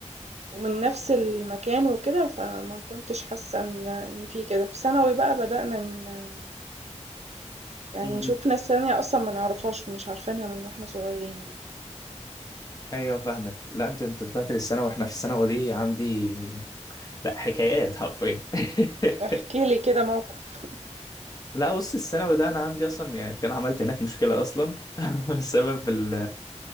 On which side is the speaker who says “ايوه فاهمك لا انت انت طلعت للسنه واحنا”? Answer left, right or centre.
Left